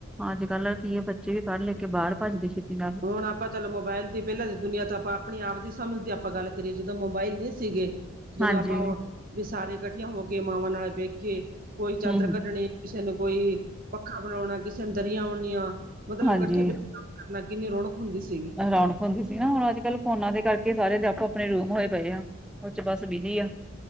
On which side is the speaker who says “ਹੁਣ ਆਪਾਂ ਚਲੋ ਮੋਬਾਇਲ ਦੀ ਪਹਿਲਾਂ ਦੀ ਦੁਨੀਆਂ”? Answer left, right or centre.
Right